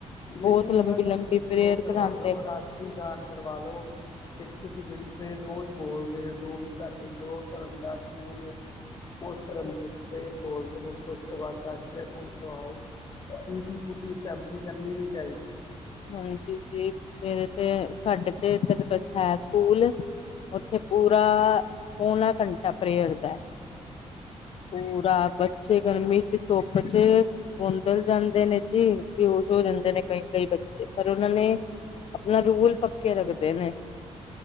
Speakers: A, on the left; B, on the left.
A: ਨਈ,
B: ਬਹੁਤ
A: ਨਈ
B: ਲੰਬੀ
A: ਬਸ
B: ਲੰਬੀ
A: ਤੁਸੀਂ
B: ਪ੍ਰੇਅਰ
A: ਉਹ ਕਰਵਾ
B: ਕਰਾਉਂਦੇ
A: ਲੋ, ਰਾਸ਼ਟਰੀ ਗਾਨ ਕਰਵਾ ਲੋ। ਇੱਕ ਤੁਸੀਂ ਜੇਹੜੀ ਪ੍ਰੇਰ ਰੋਜ਼ ਬੋਲਦੇ ਹੋ, ਜੋ ਵੀ ਤੁਹਾਡੇ ਜੋ ਧਰਮ ਦਾ ਸਕੂਲ ਏ। ਓਸ ਧਰਮ
B: ਨੇ
A: ਦੀ ਇੱਕ ਪਰੇਰ ਬੋਲ ਦੋ ਉਸ ਤੋਂ ਬਾਅਦ ਰਾਸ਼ਟਰੀ ਗਾਨ ਕਰਵਾਓ। ਏ ਟੂਟੀ -ਫੂਟੀ ਅਸੈਂਬਲੀ ਕਰਨੀ ਨੀ ਚਾਈਦੀ।
B: ਹਾਂਜੀ ਜੀ, ਮੇਰੇ ਤੇ ਸਾਡੇ ਤੇ ਹੈ ਸਕੂਲ ਉੱਥੇ। ਪੂਰਾ ਪੋਨਾ ਘੰਟਾ ਪ੍ਰੇਅਰ ਦਾ। ਪੂਰਾ ਬੱਚੇ ਗਰਮੀ ਚ ਧੋਪ ਚੇ ਬੋਂਦਲ ਜਾਂਦੇ ਨੇ ਜੀ ਬਿਹੋਸ਼ ਹੋ ਜਾਂਦੇ ਨੇ ਕਈ ਕਈ ਬੱਚੇ ਪਰ ਉਹਨਾਂ ਨੇ ਆਪਣਾ ਰੂਲ ਪੱਕੇ ਰੱਖਦੇ ਨੇ